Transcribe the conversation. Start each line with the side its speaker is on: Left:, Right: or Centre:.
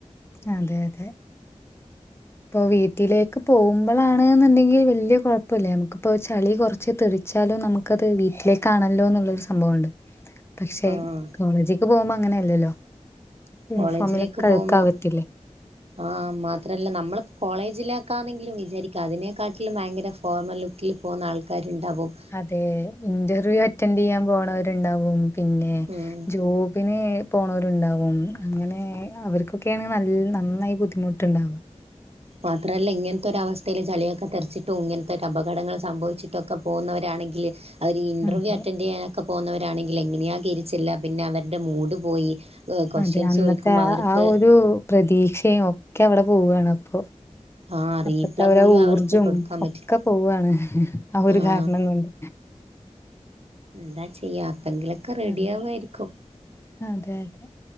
Left: അതെ അതെ ഇപ്പോ വീട്ടിലേക്ക് പോവ്മ്പളാണ്ന്ന്ണ്ടെങ്കി വല്ല്യ കൊഴപ്പല്ല നമ്മക്ക്പ്പോ ചളി കൊറ ച്ച് തെറിച്ചാലും നമുക്കത് വീട്ടിലേക്കാണല്ലോ എന്ന്ള്ളൊര് സംഭവണ്ട്. പക്ഷെ
Right: ആഹ്
Left: കോളേജ്‌ക്ക് പോവ്മ്പോ അങ്ങനെയല്ലല്ലോ. യൂണിഫോമിലൊക്കെ
Right: കോളേജിലേക്ക് പോകുമ്പോ
Left: അഴ്ക്കാവത്തില്ലേ.
Right: ആഹ് മാ ത്രല്ല നമ്മള് കോളേജിലേക്കാന്നെങ്കിലും വിചാരിക്കാം അതിനെക്കാട്ടിലും ഭയങ്കര ഫോർമൽ ലു ക്കിൽ പോകുന്ന ആൾക്കാര്ണ്ടാവും.
Left: അതെ ഇന്റർവ്യൂ അറ്റൻഡെയ്യാൻ പോണവര്ണ്ടാവും പിന്നെ
Right: ഉം
Left: ജോബിന് പോണോര്ണ്ടാവും അങ്ങനെ അവർക്കൊക്കെയാണെ നൽ നന്നായി ബുദ്ധിമുട്ട്ണ്ടാവ
Right: മാത്രല്ല ഇങ്ങനത്തൊരവസ്ഥയിൽ ചളിയൊക്കെ തെറ്ച്ചിട്ടും ഇങ്ങനത്തെ ഒരു അപകടങ്ങൾ സംഭവിച്ചിട്ടൊക്കെ പോകുന്നവരാണെങ്കില് അവര് ഇന്റർവ്യൂ
Left: അതെ
Right: അറ്റൻഡെയ്യാനൊക്കെ പോകുന്നവരാണെങ്കിൽ എങ്ങനെയാ കേറിച്ചെല്ലാ പിന്നെ അവര്ടെ മൂഡ് പോയി. ക്വസ്റ്റ്യൻസ്
Left: അതെ അന്നത്തെ
Right: ചോദിക്കുമ്പോ
Left: ആ
Right: അവർക്ക്
Left: ആ ഒരു പ്രതീക്ഷയും ഒക്കെ അവിടെ പോവാണ് അപ്പൊ
Right: ആ
Left: അപ്പത്തെ
Right: റീപ്ലൈ
Left: അവരെ
Right: പോലും
Left: ആ
Right: അവർക്ക്
Left: ഊർജും
Right: കൊടുക്കാൻ പറ്റില്ല
Left: ഒക്കെ പോവാണ് ആ ഒരു
Right: ആഹ്
Left: കാരണംകൊണ്ട്
Right: എന്താ ചെയ്യാ അപ്പങ്കിലൊക്കെ റെഡിയാവായിരിക്കും.
Left: അതെ അതെ അതെ